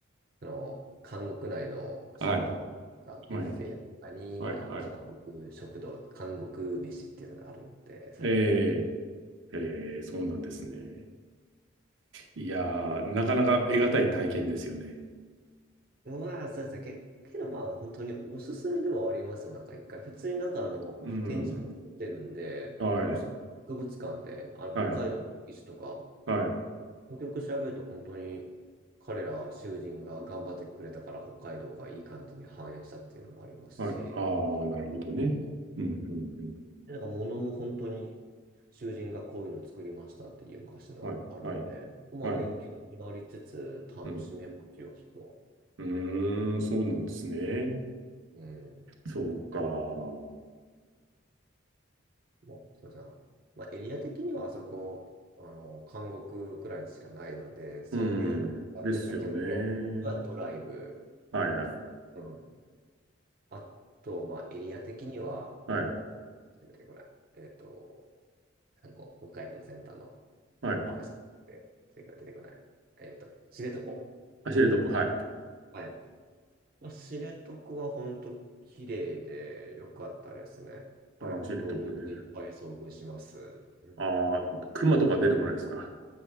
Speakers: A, on the right; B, on the right.
A: あの、韓国内の食堂がビュッフェとかに、
B: はい。はい。はいはい。
A: あの、韓国食堂、韓国飯っていうのがあるんで、それで食べれ
B: ええ。ええ、そうなんですね。
A: ば。うん。
B: いやー、なかなか得難い体験ですよね。
A: まあ、そうですね。け、けどまあ、本当におすすめではありますよ。なんか一回、普通になんかあの、
B: うん。
A: 展示をってるんで、
B: はい。
A: もし博物館で、あの、
B: はい。
A: 北海道の遺跡とか、
B: はい。
A: よくよく調べると本当に、彼ら囚人が頑張ってくれたから北海道がいい感じに繁栄したっていうのもありますし、
B: はい。ああ、なるほどね。
A: うん
B: うん、うん、うん。
A: なんか物も本当に囚人がこういうの作りましたっていう昔のあるんで、
B: はい、はい、
A: まあ勉強になりつつ楽しめますよ、
B: はい。うん。
A: そこ
B: うーん、そうなんですね。
A: は。うん。
B: そうか。
A: まあ、すみません。まあエリア的にはあそこ、あの、監獄くらいしかないので、それでいいかってやったら基本的にはドライブ。
B: うん。ですよね。はい、はい、
A: うん。あと、まあエリア的には、
B: はい、
A: あの、出てこない。えっと、あの、北海道の先端の
B: はい。
A: 網走で出てこない。出てこないえっと、知床。
B: あ、知床、はい。
A: はい。まあ、知床は本当綺麗で良かったですね。はい。
B: ああ、知床ね。
A: 動物いっぱい遭遇します。うん、
B: ああ、
A: い
B: 熊とか出てこないですか。